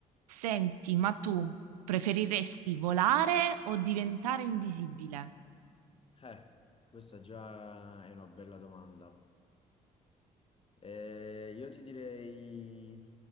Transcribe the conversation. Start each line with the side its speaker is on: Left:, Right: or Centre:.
Right: Senti, ma tu preferiresti volare o diventare invisibile?
Left: Eh, questa già è una bella domanda. Eh, io ti direi